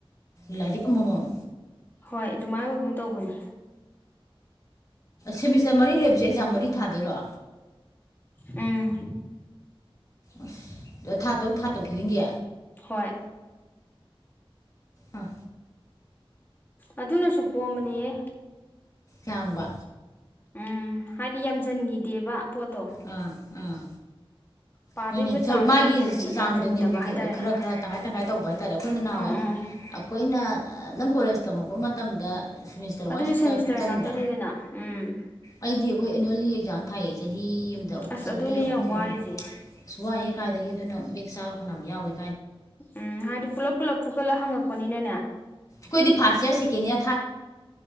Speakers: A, on the left (about 35°); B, on the left (about 20°).
A: ꯂꯥꯏꯔꯤꯛ ꯑꯃꯃꯝ
B: ꯍꯣꯏ ꯗꯨꯃꯥꯏꯅ ꯑꯣꯏꯒꯨꯝ ꯇꯧꯕꯅꯤ
A: ꯁꯦꯃꯤꯁꯇ꯭ꯔ ꯃꯔꯤ ꯂꯩꯕꯁꯦ ꯑꯦꯛꯖꯥꯝ ꯃꯔꯤ ꯊꯥꯗꯣꯏꯔꯣ
B: ꯎꯝ
A: ꯑꯁ ꯊꯥ ꯇꯔꯨꯛ ꯊꯥ ꯇꯔꯨꯛ ꯈꯨꯗꯤꯡꯒꯤ
B: ꯍꯣꯏ
A: ꯑꯥ
B: ꯑꯗꯨꯅꯁꯨ ꯀꯣꯝꯕꯅꯤꯍꯦ
A: ꯌꯥꯥꯡꯕ
B: ꯎꯝ ꯍꯥꯏꯗꯤ ꯌꯥꯝꯁꯤꯟꯈꯤꯗꯦꯕ ꯄꯣꯠꯇꯣ
A: ꯑꯥ ꯑꯥ
B: ꯄꯥꯗꯣꯔꯤꯕ
A: ꯍꯣꯏꯅꯦ
B: ꯆꯥꯡꯗꯣ
A: ꯃꯥꯒꯤ
B: ꯌꯥꯝꯖꯟꯕꯤ
A: ꯆꯥꯡꯗꯣ
B: ꯌꯥꯝꯖꯟꯗꯕ ꯍꯥꯏꯇꯥꯔꯦꯅꯦ
A: ꯈꯥꯔ ꯈꯥꯔ ꯇꯪꯈꯥꯏ ꯇꯪꯈꯥꯏ ꯇꯧꯕ ꯍꯥꯏꯇꯥꯔꯦ ꯑꯈꯣꯏꯅ ꯅꯍꯥꯟꯋꯥꯏ
B: ꯎꯝ ꯎꯝ
A: ꯑꯈꯣꯏꯅ ꯅꯪ ꯀꯣꯜꯂꯦꯖ ꯇꯝꯃꯛꯄ ꯃꯠ ꯃꯇꯝꯗ ꯁꯦꯃꯤꯁꯇꯔ
B: ꯑꯗꯨꯁꯨ
A: ꯋꯥꯏꯁꯇ
B: ꯁꯦꯃꯤꯁꯇꯔ
A: ꯆꯟꯕ꯭ꯔꯥ
B: ꯉꯥꯛꯇꯅꯤꯗꯅ ꯎꯝ
A: ꯑꯩꯗꯤ ꯑꯈꯣꯏ ꯑꯦꯅꯨꯋꯦꯜꯂꯤ ꯑꯦꯛꯖꯥꯝ ꯊꯥꯏꯌꯦ ꯆꯍꯤ ꯑꯃꯗ
B: ꯑꯁ
A: ꯆꯍꯤ
B: ꯑꯗꯨꯅꯦ
A: ꯑꯍꯨꯝ
B: ꯌꯥꯝ ꯋꯥꯔꯤꯁꯦ
A: ꯑꯍꯨꯝ ꯑꯁ ꯋꯥꯏꯍꯦ ꯀꯥꯏꯗꯒꯤ ꯑꯗꯨꯅ ꯕꯦꯛ ꯆꯥꯕ ꯐꯅꯌꯥꯝ ꯌꯥꯎꯏ
B: ꯎꯝ ꯍꯥꯏꯗꯤ ꯄꯨꯂꯞ ꯄꯨꯂꯞ ꯐꯨꯀꯠꯂꯒ ꯍꯪꯉꯛꯄꯅꯤꯅꯅꯦ
A: ꯀꯣꯏꯗꯤ ꯐꯔꯁ ꯏꯔ ꯁꯀꯦꯟ ꯏꯔ